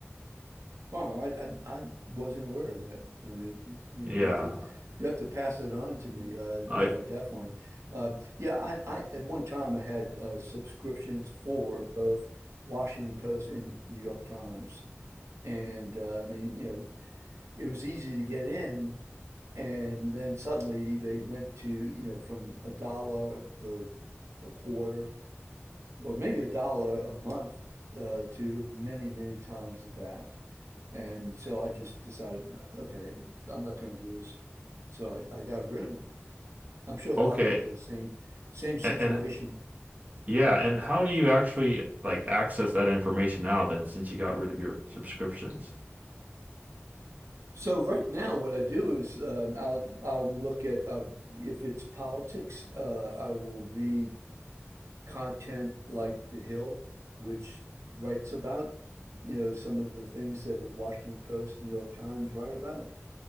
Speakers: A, on the right (about 85°); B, on the right (about 35°).
A: Wow, I, I I wasn't aware of that. I mean, you,
B: Yeah,
A: you have to you have to pass it on to me, uh,
B: like
A: uh, definitely. Uh, yeah, I, I at one time I had uh, subscriptions for both Washington Post and New York Times, and uh, I mean, you know, it was easy to get in, and then suddenly they went to you know from a dollar, uh, a quarter or maybe a dollar a month uh, to many, many times of that. And so I just decided, okay, I'm not going to do this. So I, I got rid of them. I'm sure a lot
B: okay.
A: of people, same, same situation.
B: And, and Yeah, and how do you actually like access that information now then, since you got rid of your subscriptions?
A: So right now, what I do is uh, I'll I'll look at uh, if it's politics, uh, I will read content like The Hill, which writes about, you know, some of the things that the Washington Post, New York Times write about.